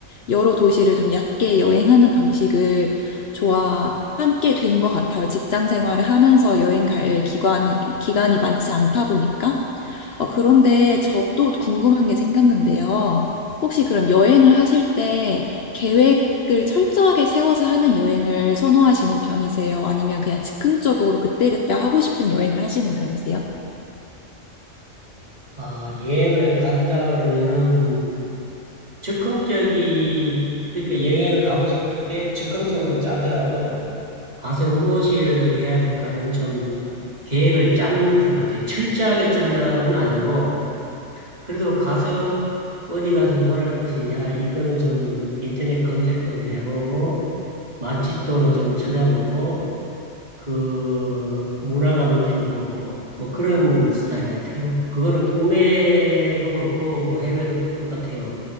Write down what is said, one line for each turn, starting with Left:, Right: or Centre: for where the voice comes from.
Left: 여러 도시를 좀 얕게 여행하는 방식을 좋아하게 된 것 같아요. 직장 생활을 하면서 여행 갈 기간이, 기간이 많지 않다 보니까. 어, 그런데 저 또 궁금한 게 생겼는데요. 혹시 그럼 여행을 하실 때 계획을 철저하게 세워서 하는 여행을 선호하시는 편이세요? 아니면 그냥 즉흥적으로 그때그때 하고 싶은 여행을 하시는 편이세요?
Right: 아, 여행을 간다 그러면은 즉흥적이, 그러니까 여행을 가고 싶을 때 즉흥적으로 짜더라도 가서 무엇을 해야 될까는 좀 계획을 짜는 편 같아요. 철저하게 짠다는 아니고, 그래도 가서 어디 가서 뭘 할 것이냐, 이거는 좀 인터넷 검색도 좀 해보고, 맛집도 좀 찾아보고, 그 문화가 뭔지도 보고, 뭐 그런 스타일 같아요. 그거는 국내도 그렇고 해외도 똑같아요.